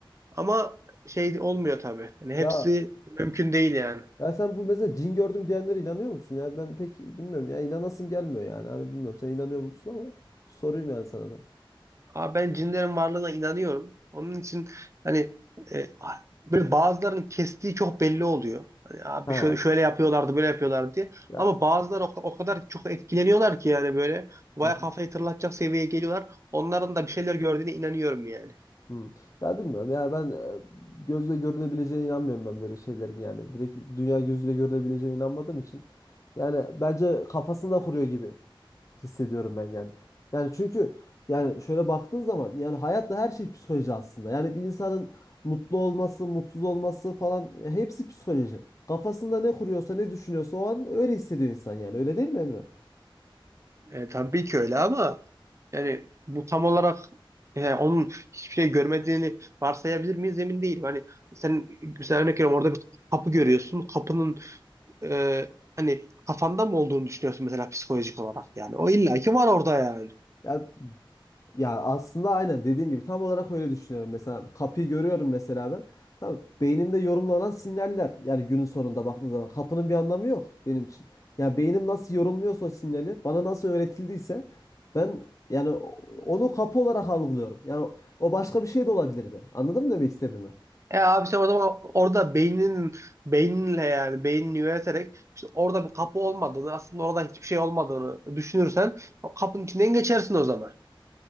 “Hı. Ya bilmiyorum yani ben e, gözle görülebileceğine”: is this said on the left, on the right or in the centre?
Left